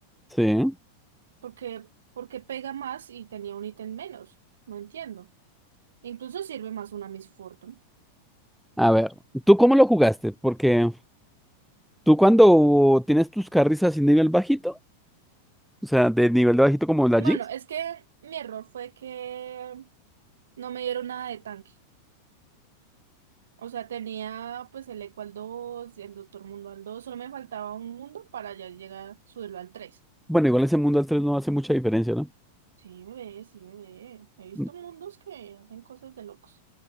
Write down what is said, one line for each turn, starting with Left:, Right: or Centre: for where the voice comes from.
Centre: Sí.
Right: porque, porque pega más y tenía un ítem menos. No entiendo. Incluso sirve más una Miss Fortune.
Centre: A ver, ¿tú cómo lo jugaste? Porque... Tú cuando tienes tus carries así nivel bajito, o sea, de nivel de bajito como la
Right: Bueno,
Centre: Jinx,
Right: es que mi error fue que no me dieron nada de tanque. O sea, tenía pues el Eco al dos el Doctor Mundo al dos solo me faltaba un mundo para ya llegar, subirlo al tres
Centre: bueno, igual ese mundo al 3 no hace mucha diferencia, ¿no?
Right: Sí, bebé, sí, bebé. He visto
Centre: Mm,
Right: mundos que hacen cosas de locos.